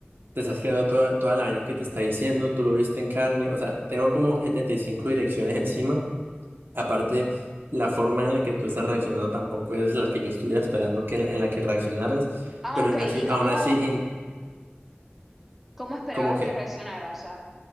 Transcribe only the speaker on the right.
Te estás creando toda, toda la vaina que te está diciendo, tú lo viste en carne, o sea, tengo como 75 direcciones encima Aparte, la forma en la que tú estás reaccionando tampoco es la que yo estuviera esperando que en la, en la que reaccionaras,
pero
aún así,
aún así in-
como que